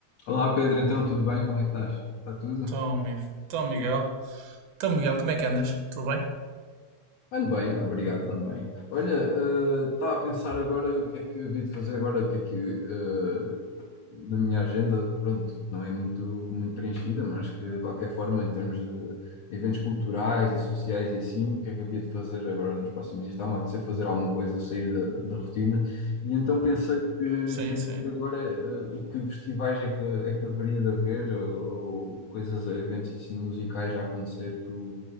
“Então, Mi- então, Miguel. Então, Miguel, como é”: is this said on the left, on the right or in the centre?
Right